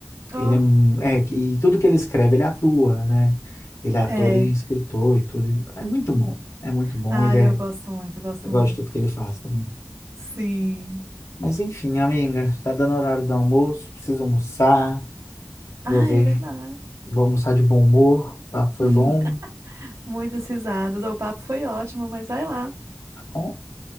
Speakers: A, on the left; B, on the right.
A: Ele
B: Ó,
A: é, mu- é, que- e tudo que ele escreve, ele atua, né? Ele é ator
B: é.
A: e escritor e tudo.
B: Muito
A: É muito
B: bom.
A: bom. É muito bom.
B: Ai,
A: Ele é,
B: eu gosto muito, gosto
A: eu gosto
B: muito.
A: de tudo que ele faz também.
B: Sim.
A: Mas enfim, amiga, tá dando horário do almoço, preciso almoçar.
B: Ah,
A: Vou ver,
B: é verdade.
A: vou almoçar de bom humor. O papo foi
B: <laughs>
A: bom,
B: Muitas risadas. O papo foi ótimo, mas vai lá.
A: tá bom?